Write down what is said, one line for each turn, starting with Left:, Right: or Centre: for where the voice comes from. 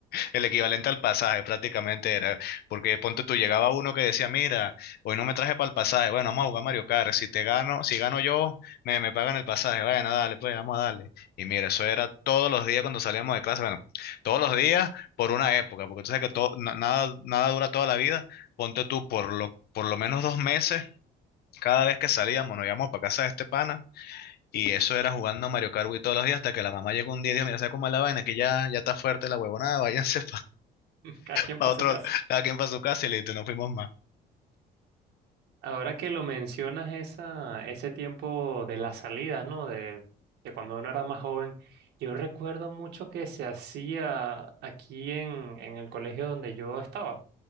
Left: el equivalente al pasaje prácticamente era, porque ponte tú, llegaba uno que decía, mira, hoy no me traje para el pasaje, bueno, vamos a jugar Mario Kart, si te gano, si gano yo, me, me pagan el pasaje, bueno, dale, pues vamos a darle. Y mira, eso era todos los días cuando salíamos de clase, bueno, todos los días por una época, porque tú sabes que todo, na- nada, nada dura toda la vida, ponte tú por lo, por lo menos dos meses, cada vez que salíamos, nos íbamos para casa de este pana. Y eso era jugando Mario Kart Wii todos los días hasta que la mamá llegó un día y dijo, mira, ¿sabes cómo es la vaina? Que ya, ya está fuerte la huevonada, váyanse
Right: Cada quien
Left: para
Right: para
Left: otro,
Right: su casa.
Left: cada quien para su casa y listo, no fuimos más.
Right: Ahora que lo mencionas, esa, ese tiempo de las salidas, ¿no? De, de cuando uno era más joven, yo recuerdo mucho que se hacía aquí en, en el colegio donde yo estaba.